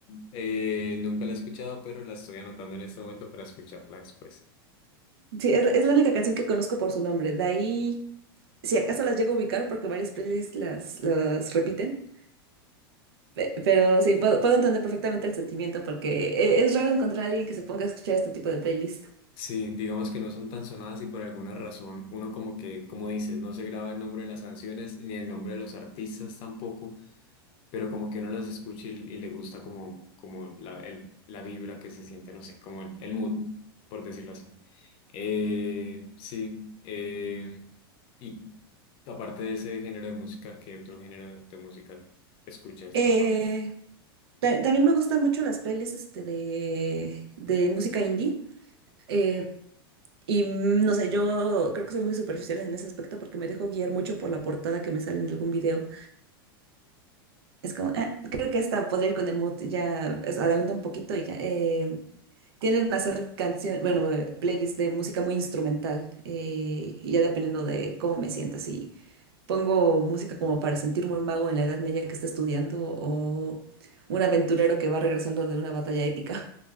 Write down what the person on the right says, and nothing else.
Sí, es, la es la única canción que conozco por su nombre. De ahí, si acaso las llego a ubicar porque varias playlists las, las repiten. Pe- Pero sí, puedo, puedo entender perfectamente el sentimiento porque e- es raro encontrar a alguien que se ponga a escuchar este tipo de playlist.
Eh,
ta- también me gustan mucho las playlists este, de, de música indie. Eh, y mm, no sé, yo creo que soy muy superficial en ese aspecto porque me dejo guiar mucho por la portada que me sale en algún video. Es como, "Ah, creo que esta podría ir con el mood, ya es- adelanto un poquito y ya. Eh, tienden a hacer canciones, bueno, eh, playlists de música muy instrumental eh, y ya dependiendo de cómo me sienta, si pongo música como para sentirme un mago en la Edad Media que está estudiando o un aventurero que va regresando de una batalla épica.